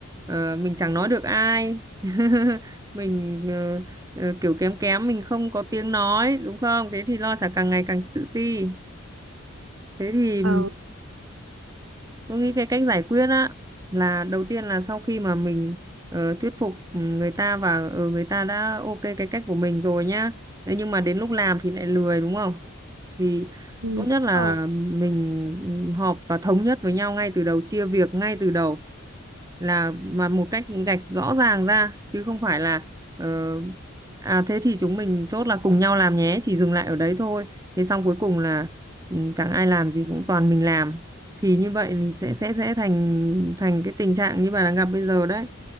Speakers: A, on the right; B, on the right.
A: ờ, mình chẳng nói được ai <laughs> mình ờ, ờ, kiểu kém kém mình không có tiếng nói đúng không thế thì lo sẽ càng ngày càng tự ti thế thì
B: ừ,
A: Tôi nghĩ cái cách giải quyết á là đầu tiên là sau khi mà mình ờ, thuyết phục ừ, người ta và ờ, người ta đã ok cái cách của mình rồi nhá. Thế nhưng mà đến lúc làm thì lại lười đúng không? Thì
B: ừ, đúng
A: tốt nhất là
B: rồi
A: mình ừ, họp và thống nhất với nhau ngay từ đầu, chia việc ngay từ đầu là mà một cách gạch rõ ràng ra chứ không phải là ờ, à thế thì chúng mình chốt là cùng nhau làm nhé, chỉ dừng lại ở đấy thôi. Thế xong cuối cùng là ừ, chẳng ai làm gì cũng toàn mình làm thì như vậy thì sẽ sẽ sẽ thành thành cái tình trạng như bà đang gặp bây giờ đấy